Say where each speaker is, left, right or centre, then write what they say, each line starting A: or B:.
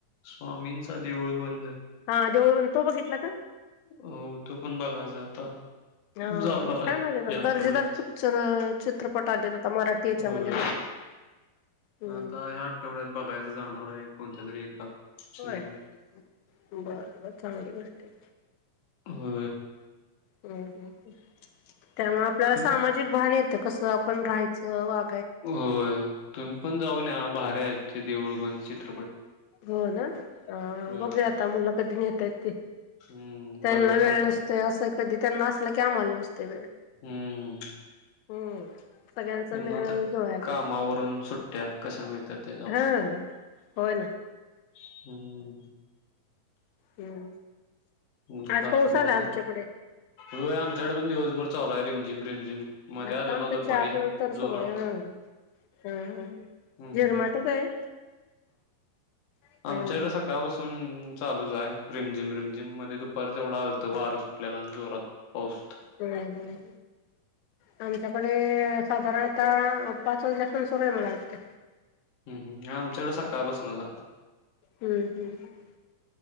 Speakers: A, on the left; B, on the left.
A: स्वामींचा देऊळ बंद
B: हा देऊळ तो बघितला का
A: हो तो पण बघायच आता
B: हा
A: जाणार
B: छान
A: आहे या आठवड्यात
B: दर्जेदार पिक्चर चित्रपट आलेेत होता मराठीच्या
A: होय
B: मध्ये सुद्धा <inaudible> हम्म
A: आता ह्या आठवड्यात बघायचं जाणार आहे कोणत्या तरी एका
B: होय
A: सिनेमात
B: बर बर चांगली गोष्ट आहे
A: हो
B: ् त्यामुळे आपल्याला
A: तुम-
B: सामाजिक भान येतं कसं आपण राहायचं वा
A: होय तुम्ही पण जाऊन या बाहेरचे देऊळ पण चित्रपट
B: हो ना
A: होय
B: बघू आता मुला कधी नता येत ते
A: हम्म
B: त्यांना
A: बघण्यासारखा
B: वेळ नसतो असं कधी त्यांना असलं की आम्हाला नसते वेळ
A: हम्म
B: हम्म सगळ्यांचा
A: त्यांना
B: मेळ
A: तर
B: जुलय
A: कामावरून
B: पहिजे
A: सुट्ट्या कशा मिळतात त्याच्यावर
B: हा होय ना
A: हम्म <inaudible>
B: हम्म
A: हम
B: आज
A: बाकी
B: पाऊस
A: का
B: आला
A: नाही
B: आमच्याकडे
A: रोय आमच्याकडे पण दिवसभर चाललाय रिमझिम रिमझिम मध्ये
B: आता
A: आलेला
B: आमच्या
A: दुपारी
B: चार नंतर सुरू
A: जोरात
B: आहे हम हम
A: हम्म
B: झिरमाटच
A: हम्म
B: आहे हम्म
A: आमच्या इकडे सकाळपासून चालूच आहे रिमझिम रिमझिम मध्ये दुपार तेवढा आल वारं सुटलेला आणि जोरात पाऊसत
B: हम्म हम्म आमच्याकडे साधारणता पाच वाजल्या पास्नं आहे मला वाटते
A: हम् ह् आमच्याड सकाळ पसणता
B: हम्म हम्म